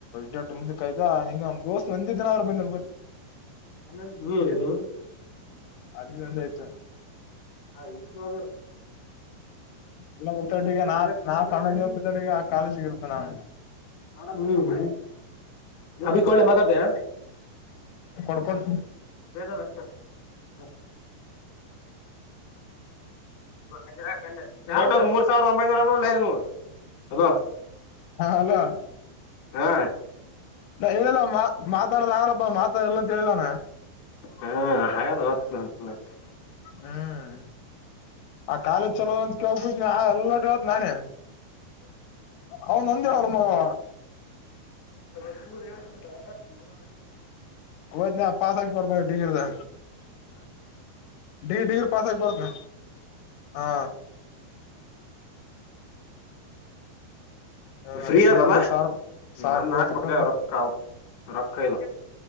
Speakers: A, on the left; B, on the left.
A: ಡೇಟ್ ಮುಂದಕ್ ಆಯ್ತಾ ನಿಂಗ ದೋಸ್ತ್ ನಂದಿ. ದಿನವ್ರು ಬಂದಿರ್ಬೋ
B: ಹ್ಮ
A: ಅದಿನಂದ್ ಐತ.
B: ಹ ಇಶದು.
A: ಎಲ್ಲ ಮತೊಟ್ಟಿಗೆ ನಾ
B: ವಿವೇಕ
A: ನಾ
B: ಎಲ್ಲ
A: ಸಣ್ಣತಟ್ಟಿಗೆ
B: ನಾನೇ
A: ಆ ಕಾಲೇಜಿಗ ಇರತ್ತೆನ ನಾನು.
B: ಹ ಹ್ಮ್ ಅಭ ಕೊಳ್ಳ ಮಾತಾಡ್ತೀಯಾ.
A: ಕೊಡ್ಕೊಡ್
B: ಬೇಜಾರ್ ಅಷ್ಟೇ <unintelligible> ಅಜಿರೇ. ಟೋಟಲ್ ಮೂರು ಸಾವಿರದ ಒಂಬೈನೂರನೊಳ್ಳೆ ನಮ್ಮವು ಹಲೋ.
A: ಹ ಅಲೋ
B: ಹಾ
A: ನಾ ಹೇಳಲ್ಲ ಮಾ ಮಾತಾಡೋ ಆಗ್ಲಪ್ಪ ಮಾತಾಡಲ್ಲ ಅಂತ ಹೇಳಿಲ್ಲನ.
B: ಹಾ ಹಾಗಲ್ಲ ಹೊತ್ತು ನ <unintelligible>
A: ಹ್ಮ್ ಆ ಕಾಲೇಜ್ ಚಲೋದ್ ಅಂತ ಹೋಗ್ಬಿಟ್ನಾ ಎಲ್ಲ ನೋ <unintelligible> ತ್ ನಾನೇ ಅವನ್ ಒಂದೇ ರೂಂ ನವು.
B: ಮೇ ತಿಂಗಳ್ದ ಏನತಂದ್ರೇ.
A: ಹೋದ್ನ ಪಾಸಕ್ಕೆ ಪಡ್ತ <unintelligible> ಡಿಗ್ರ ಡಿಗ್ರಿ ಪಾಸ್ ಆಗಬಾರತ್ನ ಹಾ. ನ
B: ಫ್ರೀ ಆದಲ್ಲ.
A: ಅಲ್ಲೇ ಸಾರ್ ಸಾರ್
B: ನಾನ್
A: ಹೋಯ್ತಪ್ಪ
B: ನಾಲ್ಕ್ ಮಕ್ಳ ಅವ್ರೊಕ್ಕ ಅವು ರೊಕ್ಕ ಇಲ್ಲ.